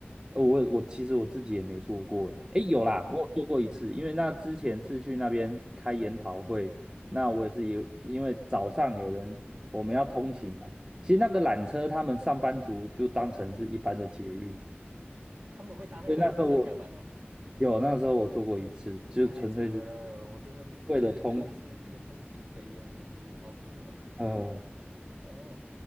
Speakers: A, on the right (about 20°); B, on the right (about 60°).
A: 呃，我我其实我自己也没做过诶，
B: 是哦，
A: 诶，有啦，我有做过一次，因为那之前是去那边开研讨会，那我也是有，因为早上有人我们要通勤啊，其实那个缆车他们上班族就当成是一般的捷运，
B: 他们会搭那个缆车上下班哦。
A: 所以那时候我有，那时候我做过一次，就纯粹就
B: 太扯了，我真的不觉得这个是一个通勤可以用的工具，
A: 为了通勤，
B: 好酷哦。
A: 嗯、
B: 哦，